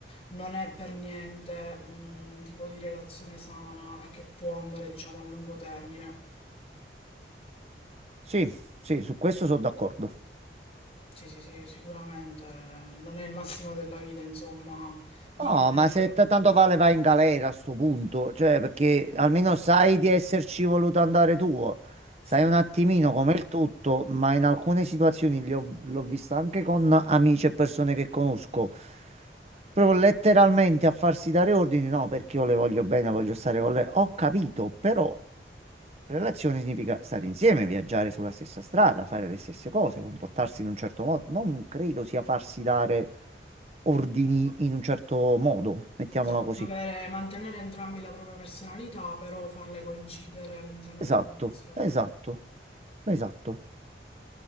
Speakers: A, on the left (about 35°); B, on the right (about 35°).
A: non è per niente un tipo di relazione sana e che può andare, diciamo, a lungo termine.
B: Sì, sì, su questo sono d'accordo.
A: Sì, sì, sì, sicuramente eh, non è il massimo della vita, insomma, dividere.
B: No, ma se t- tanto vale vai in galera a sto punto, cioè perché almeno sai di esserci voluto andare tu.
A: Sì.
B: Sai un attimino come il tutto, ma in alcune situazioni li ho- l'ho vista anche con amici e persone che conosco. Proprio letteralmente a farsi dare ordini, no, perché io le voglio bene, voglio stare con lei. Ho capito, però relazione significa stare insieme, viaggiare sulla stessa strada, fare le stesse cose, comportarsi in un certo modo. Non credo sia farsi dare ordini in un certo modo, mettiamola
A: Esatto,
B: così.
A: avere, mantenere entrambi la propria personalità, però farle coincidere all'interno
B: Esatto,
A: della relazione.
B: esatto, esatto.